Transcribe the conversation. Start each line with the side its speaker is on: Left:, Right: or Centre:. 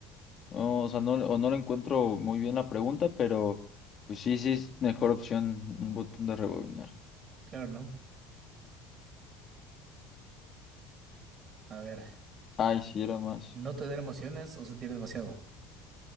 Left: no, o sea, no, o no le encuentro muy bien la pregunta, pero pues sí, sí es mejor opción un botón de rebobinar.
Right: Claro, ¿no? A ver,
Left: Ay, sí, era más.
Right: ¿no tener emociones o sentir demasiado?